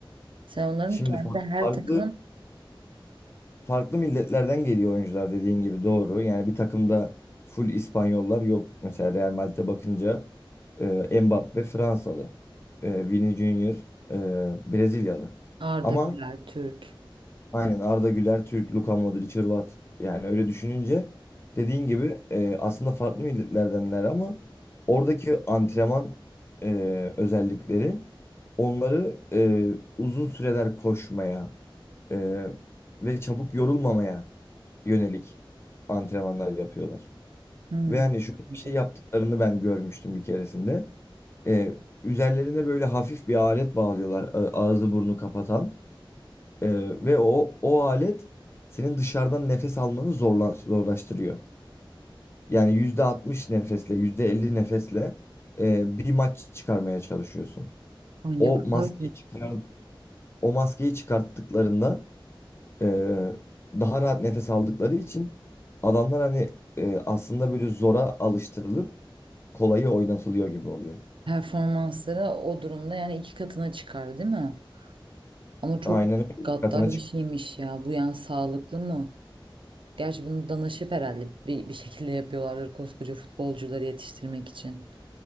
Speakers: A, on the right; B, on the left.
A: Sen onların
B: Şimdi
A: kendi
B: fa-
A: her
B: farklı
A: takımın
B: farklı milletlerden geliyor oyuncular dediğin gibi doğru. Yani bir takımda full İspanyollar yok. Mesela Real Madrid'e bakınca e, Mbappe Fransalı, e, Vini Junior e, Brezilyalı.
A: Arda
B: Ama
A: Güler, Türk.
B: Aynen Arda Güler, Türk, Luka Modric, Hırvat. Yani öyle düşününce dediğin gibi e, aslında farklı milletlerdenler ama oradaki antrenman e, özellikleri onları e, uzun süreler koşmaya e, ve çabuk yorulmamaya yönelik antrenmanlar yapıyorlar.
A: Hmm.
B: Ve hani şöyle
A: Anladım.
B: bir şey yaptıklarını ben görmüştüm bir keresinde. E, üzerlerine böyle hafif bir alet bağlıyorlar a- ağzı burnu kapatan. Ee, ve o o alet senin dışarıdan nefes almanı zorla, zorlaştırıyor. Yani %60 nefesle, %50 nefesle e, bir maç çıkarmaya çalışıyorsun.
A: Ay ne
B: O
A: kadar
B: maskeyi çıkar, o maskeyi çıkarttıklarında e, daha rahat nefes aldıkları için adamlar hani e, aslında böyle zora alıştırılıp kolayı oynatılıyor gibi oluyor.
A: performansları o durumda yani iki katına çıkar değil mi? Ama çok
B: Aynen öyle.
A: gaddar
B: Dikkatine
A: bir şeymiş ya. Bu yani sağlıklı mı? Gerçi bunu danışıp herhalde bir, bir şekilde yapıyorlardır koskoca futbolcuları yetiştirmek için.